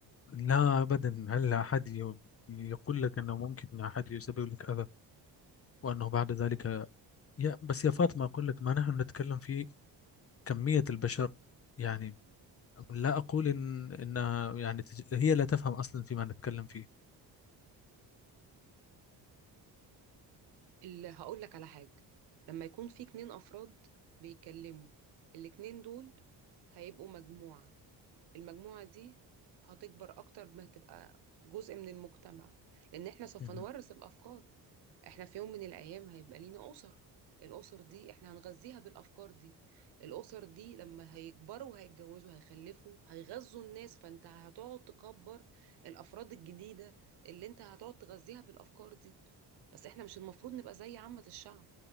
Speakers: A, on the left; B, on the right.
A: لا أبدا هل أحد ي- يقول لك أنه ممكن أحد يسبب لك أذى وأنه بعد ذلك يا بس يا فاطمة أقول لك ما نحن نتكلم في كمية البشر يعني لا أقول إن إنها يعني تج- هي لا تفهم أصلا فيما نتكلم فيه
B: اللي هقول لك على حاجة لما يكون في اتنين أفراد بيتكلموا الاتنين دول هيبقوا مجموعة المجموعة دي هتكبر أكتر ما تبقى جزء من المجتمع لأن احنا سوف
A: مهم.
B: نورث الأفكار احنا في يوم من الايام هيبقى لينا اسر الاسر دي احنا هنغذيها بالافكار دي الاسر دي لما هيكبروا وهيتجوزوا هيخلفوا هيغذوا الناس فانت هتقعد تكبر الافراد الجديده اللي انت هتقعد تغذيها بالافكار دي بس احنا مش المفروض نبقى زي عامه الشعب